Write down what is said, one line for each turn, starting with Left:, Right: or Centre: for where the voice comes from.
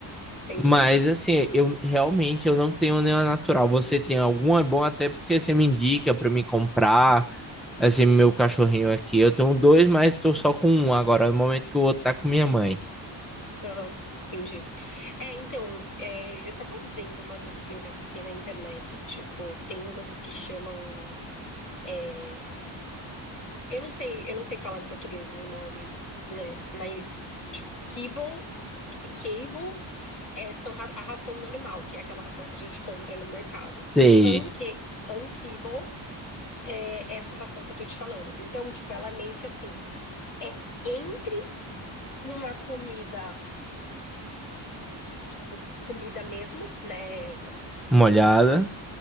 Left: entendi.
Centre: Mas assim, eu realmente eu não tenho nenhuma natural. Você tem alguma? É bom até porque você me indica para me comprar. Assim, meu cachorrinho aqui, eu tenho dois, mas tô só com um agora, no momento que o outro tá com minha mãe.
Left: Aham, entendi. É, então, é, eu tava vendo umas opções aqui na internet, tipo, tem umas que chamam, é, eu não sei, eu não sei falar em português o nome, né, mas, tipo, kibble, kibble, é, são ra- a ração normal, que é aquela ração que a gente compra no mercado, e
Centre: Sei,
Left: unke, unkibble é é essa ração que eu tô te falando. Então, tipo, ela é meio que assim, é entre uma comida, tipo, comida mesmo, né,
Centre: molhada.